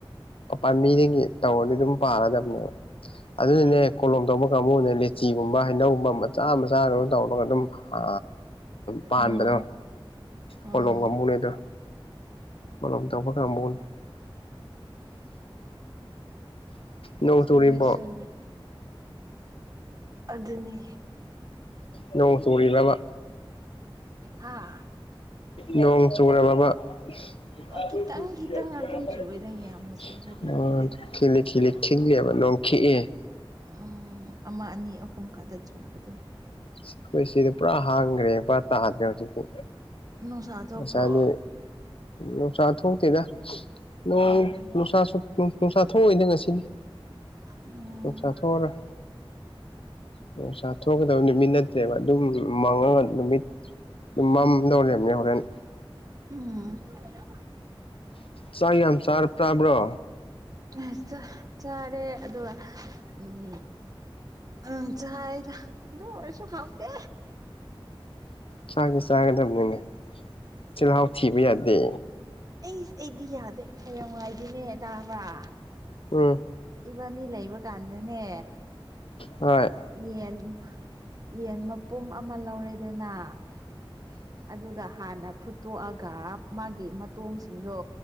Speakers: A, on the left (about 80°); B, on the right (about 40°).
A: ꯄꯥꯟꯕꯤꯗꯒꯤ ꯇꯧꯔꯗꯤ ꯑꯗꯨꯝ ꯄꯥꯟꯂꯗꯝꯅꯦꯕ ꯑꯗꯨꯅꯅꯦ ꯀꯣꯂꯣꯝ ꯇꯧꯕ ꯀꯥꯡꯕꯨꯅꯦꯗꯤ ꯆꯤꯒꯨꯝꯕ ꯍꯩꯅꯧꯒꯨꯝꯕ ꯃꯆꯥ ꯃꯆꯥꯒ ꯇꯧꯔꯒ ꯑꯗꯨꯝ ꯑ ꯄꯥꯟꯕꯗꯣ
B: ꯎꯝ ꯎꯝ
A: ꯀꯣꯂꯣꯝꯒ ꯃꯨꯅꯦ ꯑꯗꯣ ꯃꯣꯂꯣꯝ ꯇꯧꯕ ꯀꯥꯡꯕꯨꯅꯦ ꯅꯣꯡ
B: ꯆꯨꯝꯃꯦ
A: ꯆꯨꯔꯤꯕꯣ
B: ꯆꯨꯝꯃꯦ ꯑꯗꯨꯅꯤ
A: ꯅꯣꯡ ꯆꯨꯔꯤꯕ꯭ꯔꯕ
B: ꯍꯥꯥ
A: ꯅꯣꯡ ꯆꯨꯔꯕꯕ <unintelligible>
B: ꯈꯤꯇꯪ ꯈꯤꯇꯪ ꯑꯗꯨꯝ ꯆꯨꯋꯦꯗ ꯌꯥꯝꯅ ꯆꯨꯕꯗꯤ ꯅꯠꯇꯦ
A: ꯈꯤꯂꯤ ꯈꯤꯂꯤ ꯈꯤꯛꯑꯦꯕ ꯅꯣꯡꯈꯤꯛꯑꯦ
B: ꯎꯝ ꯑꯃ ꯑꯅꯤ ꯑꯍꯨꯝ ꯈꯗ ꯆꯨꯕꯗꯣ
A: ꯑꯩꯈꯣꯏ ꯁꯤꯗ ꯄꯨꯔꯥ ꯍꯥꯡꯈ꯭ꯔꯦ ꯄꯨꯔꯥ ꯇꯥꯗ꯭ꯔꯦ ꯍꯧꯖꯤꯛꯇꯤ
B: ꯅꯨꯡꯁꯥ ꯊꯣꯛꯄ꯭ꯔꯣ
A: ꯉꯁꯥꯏꯗꯤ ꯅꯨꯡꯁꯥ ꯊꯣꯛꯇꯦꯗ ꯅꯣꯡ
B: ꯎꯝ
A: ꯅꯨꯡꯁꯥꯁꯨ ꯅꯨꯡꯁꯥ ꯊꯣꯛꯑꯣꯢꯗ ꯉꯁꯤꯗꯤ
B: ꯎꯝ
A: ꯅꯨꯡꯁꯥ ꯊꯣꯛꯑꯔꯣꯢ ꯅꯨꯡꯁꯥ ꯊꯣꯛꯒꯗꯕ
B: ꯑꯣ
A: ꯅꯨ ꯅꯠꯇꯦꯕ ꯑꯗꯨꯝ ꯃꯪꯉꯒ ꯅꯨꯃꯤꯠ ꯑꯗꯨꯝ ꯃꯝꯗꯧꯔꯕꯅꯦ ꯍꯣꯔꯦꯟ
B: ꯎꯝ
A: ꯆꯥꯛ ꯌꯥꯝ ꯆꯔꯥ ꯇꯥꯕ꯭ꯔꯣ
B: ꯑꯁ ꯆ ꯆꯥꯔꯦ ꯑꯗꯨꯒ ꯎꯝ ꯑꯪ ꯆꯥꯔꯦꯗ ꯑꯗꯨ ꯑꯣꯏꯔꯁꯨ ꯍꯥꯎꯇꯦ
A: ꯆꯥꯛꯅꯦ ꯆꯥꯒꯗꯝꯅꯤꯅꯦ ꯆꯤꯜꯍꯥꯎ ꯊꯤꯕ ꯌꯥꯗꯦ
B: ꯑꯩꯁ ꯑꯩꯗꯤ ꯌꯥꯗꯦ ꯍꯌꯦꯡ ꯋꯥꯢꯗꯤꯅꯦ ꯇꯕꯔ
A: ꯎꯝ
B: ꯏꯕꯥꯅꯤ ꯂꯩꯕ ꯀꯥꯟꯗꯅꯦ
A: ꯍꯣꯏ
B: ꯌꯦꯟ ꯌꯦꯟ ꯃꯄꯨꯝ ꯑꯃ ꯂꯧꯔꯦꯗꯅ ꯑꯗꯨꯒ ꯍꯥꯟꯅ ꯐꯨꯠꯇꯣꯛꯑꯒ ꯃꯥꯒꯤ ꯃꯇꯣꯡꯁꯤꯡꯗꯣ